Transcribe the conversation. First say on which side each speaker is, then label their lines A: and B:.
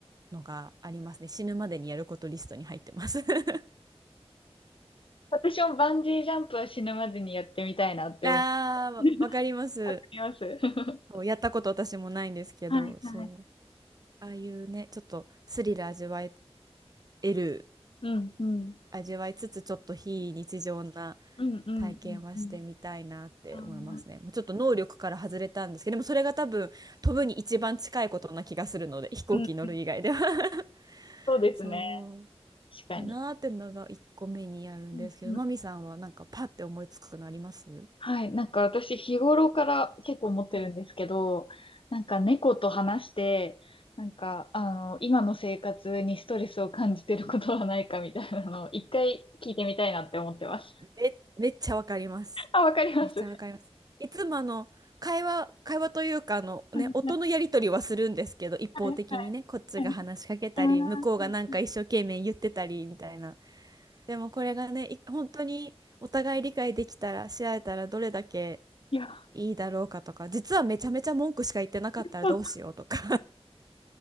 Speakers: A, on the right (about 35°); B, on the left (about 55°).
A: のがありますね。死ぬまでにやることリストに入ってます。<laughs>
B: 私もバンジージャンプは死ぬまでにやってみたいなって思う。
A: ああ、わわかります。
B: <laughs> わかります。<laughs>
A: そうやったこと私もないんですけど、
B: はいはい。
A: そう。ああいうね、ちょっとスリル味わえる、
B: うんうん。
A: 味わいつつ、ちょっと非日常な
B: うんうんうんうん。
A: 体験はしてみたいなって思いますね。
B: あーうん
A: もうちょっと能力から外れたんですけど、でもそれが多分飛ぶに一番近いことな気がするので、飛行機に乗る以外では
B: うん
A: <laughs>
B: そうですね。
A: そう
B: 確かに。
A: かなーってのが一個目にやるんですけど、
B: うんうん
A: マミさんはなんかパッて思いつくのありますう
B: はい。なんか私日頃から結構思ってるんですけど、
A: ん
B: なんか猫と話して、なんか、あの、今の生活にストレスを感じてることはないかみたいなのを一回聞いてみたいなって思ってます。
A: め、めっちゃわかります。
B: <laughs> あ、わかります。
A: めっちゃわかります。
B: <laughs> は
A: いつもあの会話、会話というかあの、
B: いは
A: ね、音のやり取りはするんですけど、一方的にね、
B: いはいはい
A: こっちが話しかけたり、
B: はい。あ
A: 向こうがなんか一生懸命言ってたりみたいな。
B: ーうんうん
A: でもこれがね、い本当にお互い理解できたら、し合えたらどれだけ
B: いや、
A: いいだろうかとか、実はめちゃめちゃ文句しか言ってなかったらどうしようとか、
B: <laughs> そう